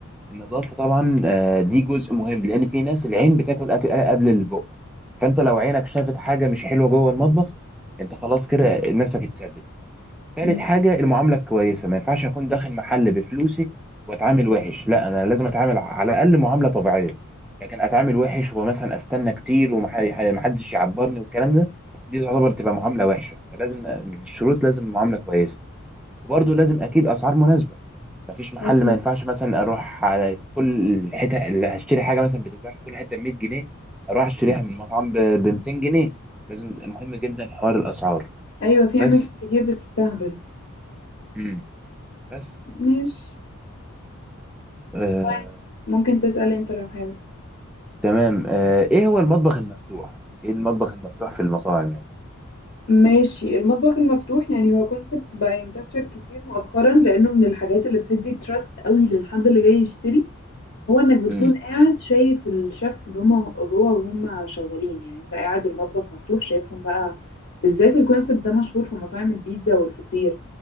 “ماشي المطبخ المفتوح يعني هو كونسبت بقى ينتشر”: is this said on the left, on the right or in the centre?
Left